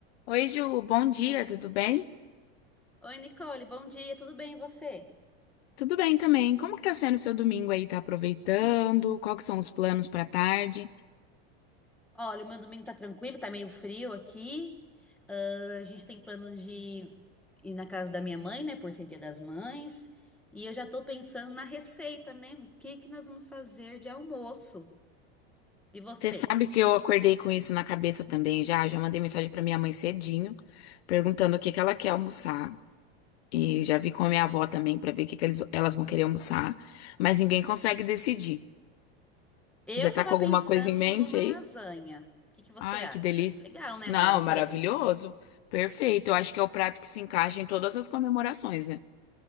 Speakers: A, on the left; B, in the centre.
A: Oi, Ju, bom dia, tudo bem?
B: Oi, Nicole, bom dia, tudo bem e você?
A: Tudo bem também. Como que tá sendo o seu domingo aí? Tá aproveitando? Qual que são os planos pra tarde?
B: Olha, o meu domingo tá tranquilo, tá meio frio aqui. Ah, a gente tem planos de ir na casa da minha mãe, né, por ser Dia das Mães. E eu já tô pensando na receita, né? O que que nós vamos fazer de almoço? E você?
A: Você sabe que eu acordei com isso na cabeça também já, já mandei mensagem pra minha mãe cedinho, perguntando o que que ela quer almoçar. E já vi com a minha avó também pra ver o que que eles- elas vão querer almoçar, mas ninguém consegue decidir.
B: Eu
A: Você já tá
B: tava
A: com alguma
B: pensando
A: coisa em mente
B: numa
A: aí?
B: lasanha. O que que você
A: Ai,
B: acha?
A: que delícia.
B: Legal, né,
A: Não,
B: uma lasanha?
A: maravilhoso. Perfeito. Eu acho que é o prato que se encaixa em todas as comemorações, né?